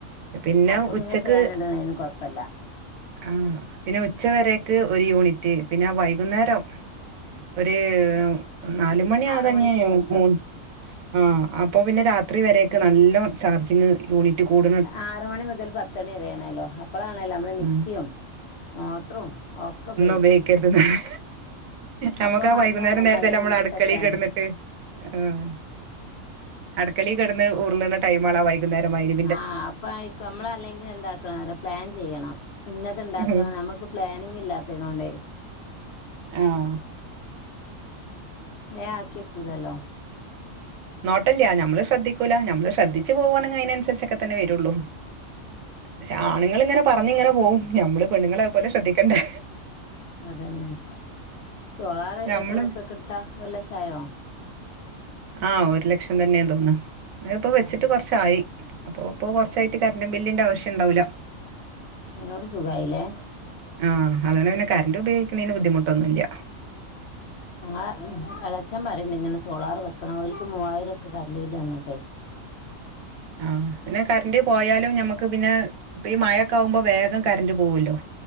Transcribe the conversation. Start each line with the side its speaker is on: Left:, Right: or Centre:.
Right: പിന്നെ
Left: അപ്പൊ
Right: ഉച്ചക്ക്
Left: ഫാൻ ഇടണേന് കൊഴപ്പല്ല
Right: ആഹ് പിന്നെ ഉച്ചവരക്ക് ഒരു യൂണിറ്റ് പിന്നെ വൈ കുന്നേരം ഒരു നാലുമണിയതാഞ്ഞ്
Left: ആറ് മണിക്ക് ശേഷം
Right: മൂന്ന് ആഹ് അപ്പൊ പിന്നെ രാത്രി വരേക്ക് നല്ല ചാർജിങ്ങ് യൂണിറ്റ് കൂടും
Left: ആറ് മണി മുതൽ പത്ത്മണി വരേണേലോ അപ്പളാണല്ലോ നമ്മള് മിക്സിയും
Right: ഉം.
Left: മോട്ടറും ഒക്കെ ഉപയോ
Right: ഉപയോഗിക്കര്ത് നാണ് നമുക്ക്
Left: അപ്പൊ
Right: ആ
Left: മറന്നു
Right: വൈകുന്നേരം
Left: പോകും
Right: നേര്ത്തല്ലേ
Left: അയിന്റെ
Right: നമ്മള്
Left: മുമ്പിട്ടക്കാന്
Right: അടുക്കളീ കെടന്നിട്ട് ആഹ് അട്ക്കളീ കെടന്ന് ഉരുളണ ടൈം ആണ് വൈ കുന്നേരം മയ്രി
Left: ആഹ് അപ്പഅയ്ക്കും നമ്മള് അല്ലെങ്കിൽ എന്താക്കണം പ്ലാൻ ചെയ്യണം ഇന്നത് ഇണ്ടാക്കണം
Right: ഉം.
Left: നമ്മുക്ക് പ്ലാനിങ്ങ് ഇല്ലാത്തതിനെകൊണ്ടേ
Right: ആഹ്
Left: വേ ആക്കിവക്കൂലല്ലോ
Right: നോട്ടല്ല നമ്മള് ശ്രദ്ധിക്കൂല നമ്മള് ശ്രദ്ധിച്ച് പോകുവാണെങ്കി അതിനനുസരിച്ചൊക്കെ തന്നെ വരുള്ളൂ പക്ഷേ ആണുങ്ങള്ങ്ങനെ പറഞ്ഞ് ഇങ്ങനെ പോകും നമ്മള് പെണ്ണുങ്ങള് അത്പോലെ ശ്രദ്ധിക്കണ്ടേ
Left: അതന്നെ സോളാറ്
Right: ഞമ്മള്
Left: എത്രറുപ്യക്ക് എടുത്താ ഒരു ലക്ഷായോ
Right: ആഹ് ഒരു ലക്ഷം തന്നെയാ തോൺണ്ണ് ഇപ്പൊ
Left: ഉം
Right: വെച്ചിട്ട് കൊർച്ചായി അപ്പൊ ഇപ്പോ കൊർച്ചായിട്ട്
Left: ഉം.
Right: കറണ്ട് ബില്ലിന്റെ ആവശ്യണ്ടാവൂല
Left: അതിനോട് സുഖായില്ലേ
Right: ആഹ് അതൊണ്ട് പിന്നെ കററ്റ് ഉപയോഗിക്കുന്നതിന് ബുദ്ധിമുട്ടൊന്നുല്ല
Left: ആഹ് ഉം എളച്ചൻ പറിണ്ട് ഇങ്ങനെ സോളാർ വെക്കണം ഓൽക്ക് മൂവായിരം ക്ക് കറന്റ് ബില്ല് വന്നിട്ടെയ്.
Right: ആഹ് പിന്നെ കറൻറ് പോയാലും ഞമ്മക്ക് പിന്നെ ഈ മഴയൊക്കെ ആകുമ്പോ വേഗം കറന്റ് പോവുല്ലോ.